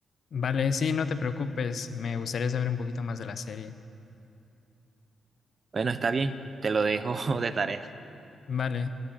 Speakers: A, on the left; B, on the right.
A: Vale, sí, no te preocupes, me gustaría saber un poquito más de la serie.
B: Bueno, está bien, te lo dejo <laughs> de tarea.
A: Vale.